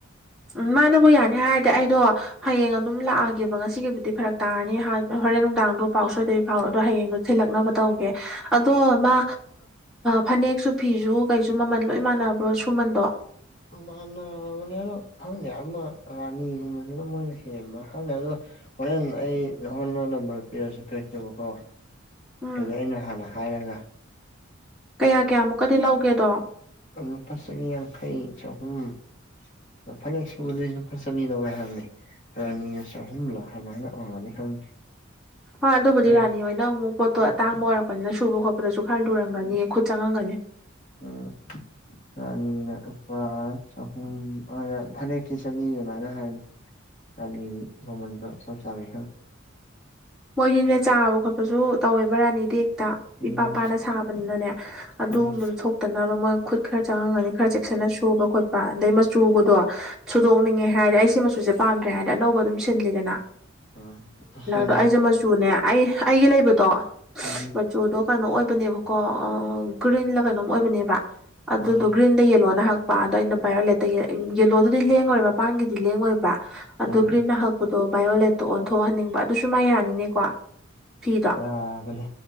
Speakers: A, in the centre; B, on the left (about 40°).
A: ꯎꯝ ꯃꯥꯅꯕꯨ ꯌꯥꯅꯤ ꯍꯥꯏꯔꯗꯤ ꯑꯩꯗꯣ ꯍꯌꯦꯡ ꯑꯗꯨꯝ ꯂꯥꯛꯑꯒꯦꯕ ꯉꯁꯤꯒꯤꯕꯨꯗꯤ ꯐꯔꯛ ꯇꯥꯔꯅꯤ ꯍꯨꯔꯦꯟ ꯅꯨꯡꯗꯥꯡꯗꯣ ꯄꯥꯎ ꯁꯣꯏꯗꯕꯤ ꯐꯥꯎꯣ ꯑꯗꯣ ꯍꯌꯦꯡꯗꯣ ꯊꯤꯜꯂꯛꯅꯕ ꯇꯧꯒꯦ ꯑꯗꯣ ꯃꯥ ꯐꯅꯦꯛꯁꯨ ꯐꯤꯁꯨ ꯀꯩꯁꯨ ꯃꯃꯜ ꯂꯣꯏ ꯃꯥꯟꯅꯕ꯭ꯔꯣ ꯁꯨꯃꯟꯗꯣ
B: ꯃꯥꯟꯅꯕꯅꯦ ꯑꯗ ꯈꯪꯗꯦ ꯑꯃ ꯔꯥꯅꯤꯒꯨꯝꯕꯁꯤꯅ ꯃꯣꯏꯅ ꯍꯦꯟꯕ ꯍꯪꯗꯦ ꯑꯗꯣ ꯍꯣꯔꯦꯟ ꯑꯩ ꯅꯪꯉꯣꯡꯗ ꯅꯝꯕꯔ ꯄꯤꯔꯁꯨ ꯄꯤꯂꯛꯒꯦꯕꯀꯣ
A: ꯎꯝ
B: ꯑꯗꯤ ꯑꯩꯅ ꯍꯥꯟꯅ ꯍꯥꯏꯔꯒ
A: ꯀꯌꯥ ꯀꯌꯥꯃꯨꯛꯀꯗꯤ ꯂꯧꯒꯦꯗꯣ
B: ꯅꯁꯈꯩ ꯆ <inaudible> ꯎꯝ ꯐꯅꯦꯛ ꯁꯨꯕꯗ ꯂꯨꯄꯥ ꯆꯅꯤ ꯂꯧꯋꯦ ꯍꯥꯏꯕꯅꯦ ꯔꯥꯅꯤꯅ ꯆꯍꯨꯝꯂ ꯑꯗꯨꯃꯥꯏꯅ ꯑꯣꯏꯅꯤ ꯈꯪꯗꯦ
A: ꯍꯣꯏ ꯑꯗꯨꯕꯨꯗꯤ
B: ꯐꯅꯦꯛ
A: ꯔꯥꯅꯤ ꯍꯣꯏꯅ ꯑꯃꯨꯛ ꯄꯣꯠꯇꯣ ꯑꯇꯥꯡꯕ ꯑꯣꯏꯔꯛꯄꯅꯤꯅ ꯁꯨꯕ ꯈꯣꯠꯄꯗꯁꯨ ꯈꯔ ꯂꯨꯔꯝꯒꯅꯤ ꯈꯨꯠ ꯆꯪꯉꯝꯒꯅꯤ
B: ꯎꯝ ꯔꯅꯤꯅꯥ ꯂꯨꯄꯥ ꯆꯍꯨꯝ ꯐꯅꯦꯛꯁꯤ ꯆꯅꯤ ꯑꯗꯨꯃꯥꯏꯅ ꯍꯥꯏꯕꯅꯦ ꯑꯅꯤ ꯃꯃꯥꯜꯗꯣ ꯆꯥꯞ ꯆꯕꯤ
A: ꯑꯩꯈꯣꯏꯒꯤꯅ ꯆꯥꯕ ꯈꯣꯠꯄꯁꯨ ꯇꯧꯋꯦꯕ ꯔꯥꯅꯤꯗꯤ
B: ꯎꯝ
A: ꯏꯄꯥ ꯄꯥꯅ ꯁꯥꯕꯅꯤꯅꯅꯦ ꯑꯗꯨꯒꯨꯝꯕꯗꯣ
B: ꯎꯝ ꯎꯝ
A: ꯊꯣꯛꯇꯅꯕ ꯃꯣꯏ ꯈꯨꯠ ꯈꯔ ꯆꯪꯉꯝꯒꯅꯤ ꯈꯔ ꯆ ꯐꯖꯅ ꯁꯨꯕ ꯈꯣꯠꯄ ꯑꯗꯩ ꯃꯆꯨꯒꯗꯣ ꯁꯨꯗꯣꯛꯅꯤꯡꯉꯦ ꯍꯥꯏꯔꯗꯤ ꯑꯩꯁ ꯃꯆ ꯁꯤ ꯄꯥꯝꯗ꯭ꯔꯦ ꯍꯥꯏꯅ ꯑꯅꯧꯕ ꯑꯗꯨꯝ ꯁꯤꯟꯂꯤꯒꯅ
B: ꯑ <inaudible>
A: ꯑꯗꯣ ꯑꯩꯁꯦ ꯃꯆꯨꯅꯦ ꯑꯩ ꯑꯩꯒꯤ ꯂꯩꯕꯗꯣ
B: ꯎꯝ
A: ꯃꯆꯨꯗꯣ ꯀꯩꯅꯣ ꯑꯣꯏꯕꯅꯦꯕꯀꯣ ꯒ꯭ꯔꯤꯟꯂ ꯀꯩꯅꯣꯝ ꯑꯣꯏꯕꯅꯦꯕ ꯑꯗꯨꯗꯣ
B: ꯎꯝ
A: ꯒ꯭ꯔꯤꯟꯗ ꯌꯦꯜꯂꯣ ꯅꯍꯥꯛ ꯑꯗꯣ ꯑꯩꯅ ꯚꯥꯏꯌꯣꯂꯦꯠꯇ ꯌꯦꯂꯣꯗꯨꯗꯤ ꯂꯦꯡꯉꯣꯏꯕ ꯃꯄꯥꯡꯒꯤꯗꯤ ꯂꯦꯡꯉꯣꯏꯕ ꯑꯗꯨꯗꯣ
B: ꯎꯝ
A: ꯒ꯭ꯔꯤꯟꯟꯅ ꯍꯛꯄ ꯑꯗꯣ ꯕꯥꯏꯑꯣꯂꯦꯠꯇꯣ ꯑꯣꯟꯊꯣꯛꯍꯟꯅꯤꯡꯕ ꯑꯗꯨꯁꯨ ꯃꯥ ꯌꯥꯅꯤꯅꯦꯀꯣ ꯐꯤꯗꯣ
B: ꯌꯥꯕꯅꯤ